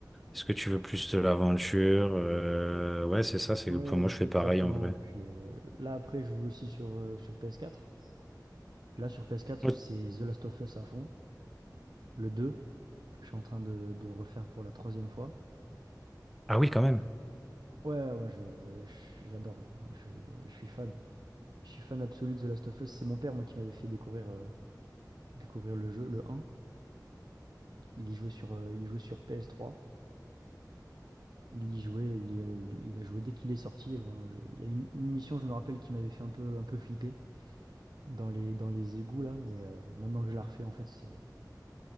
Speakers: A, in the centre; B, on the right.
A: est-ce que tu veux plus de l'aventure? euh, ouais, c'est ça, c'est
B: Ouais
A: enfin, moi
B: ex-
A: je fais
B: exactement.
A: pareil en vrai.
B: Puis euh, là après je joue aussi sur euh, sur PS4. Là, sur PS4,
A: Ouais.
B: c'est The Last of Us à fond, le 2, que je suis en train de, de refaire pour la troisième fois.
A: Ah oui, quand même.
B: Ouais, ouais, moi, je, je- j'adore. hein. Je, je suis fan. Je suis fan absolu de The Last of Us. C'est mon père, moi, qui m'avait fait découvrir, euh, découvrir le jeu, le 1. Il y jouait sur, euh, il y jouait sur PS3. Il y jouait, il, y a, il a joué dès qu'il est sorti. Bon, je- il y a une, une mission, je me rappelle, qui m'avait fait un peu, un peu flipper dans les, dans les égouts, là. Mais euh, maintenant que je la refais, en fait, c'est,